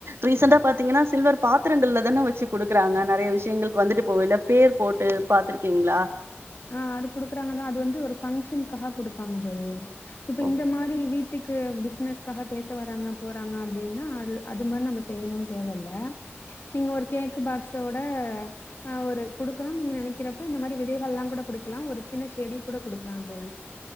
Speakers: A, on the right (about 65°); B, on the left (about 55°).
A: ரிசெண்டா பாத்தீங்கன்னா சில்வர் பாத்திரங்கள்ல தானே வச்சு குடுக்குறாங்க நெறைய விஷயங்களுக்கு வந்துட்டு போகையில பேர் போட்டு பாத்துருக்கீங்களா
B: ஆஹ அது குடுக்குறாங்கனா அது வந்து ஒரு ஃபங்க்ஷனுக்காக குடுப்பாங்க தோழி இப்ப
A: ஓ
B: இந்த மாரி வீட்டு க்கு பிசினஸ்க்காக பேச வராங்க போறாங்க அப்டினா அது அது மாரி நம்ம செய்யணுன்னு தேவயில்ல நீங்க ஒரு கேக் பாக்ஸோட ஆ ஒரு குடுக்கணுன் நீங்க நெனக்கிறப்ப இந்த மாரி விதைகள்லா கூட குடுக்கலா ஒரு சின்ன செடி கூட குடுக்கலா தோழி